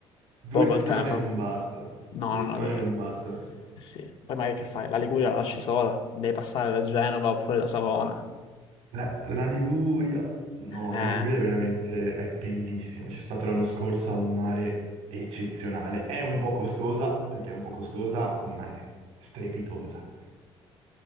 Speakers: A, on the right (about 80°); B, on the left (about 60°).
A: due
B: poco
A: settimane
B: il tempo.
A: non bastano.
B: No,
A: Due settimane
B: no, no, eh,
A: non bastano.
B: eh sì. Poi magari che fai? La Liguria la lasci sola, devi passare da Genova oppure da Savona.
A: La, la Liguria. No,
B: Eh.
A: la Liguria è veramente è bellissima. Ci sono stato l'anno scorso a un mare eccezionale. È un po' costosa, perché è un po' costosa, ma è strepitosa.